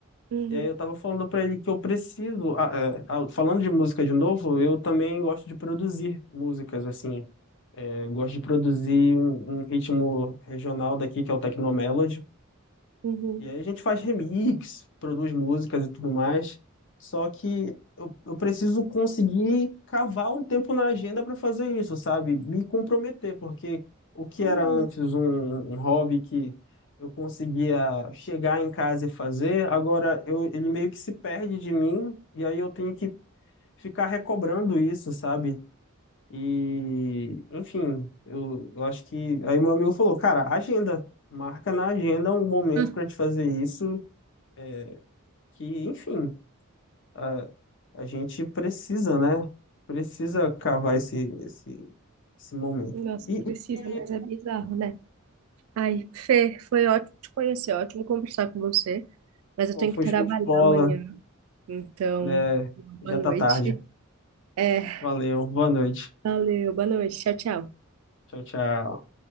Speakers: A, on the right (about 80°); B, on the left (about 60°).
A: Uhum,
B: e aí eu estava falando para ele que eu preciso. ah, é, ah, falando de música de novo, eu também gosto de produzir músicas, assim. É, Eu gosto de produzir um, um ritmo regional daqui, que é o Tecnomelody.
A: uhum,
B: E aí a gente faz remix, produz músicas e tudo mais. Só que eu, eu preciso conseguir cavar um tempo na agenda para fazer isso, sabe? Me comprometer, porque o que
A: uhum.
B: era antes um, um hobby que eu conseguia chegar em casa e fazer, agora eu, ele meio que se perde de mim, e aí eu tenho que ficar recobrando isso, sabe? E, enfim, eu, eu acho que. Aí meu amigo falou, cara, agenda marca na agenda um momento
A: Ah,
B: para te fazer isso é, que, enfim, a, a gente precisa, né? Precisa cavar esse, esse, esse momento.
A: Nossa,
B: E,
A: precisa,
B: e,
A: mas é bizarro, né? Ai, Fê, foi ótimo te conhecer, ótimo conversar com você, mas eu
B: pô,
A: tenho
B: foi
A: que trabalhar
B: show de bola,
A: amanhã, então,
B: né?
A: boa
B: Já
A: noite.
B: tá tarde.
A: É,
B: Valeu, boa noite.
A: valeu, boa noite, tchau, tchau.
B: Tchau, tchau.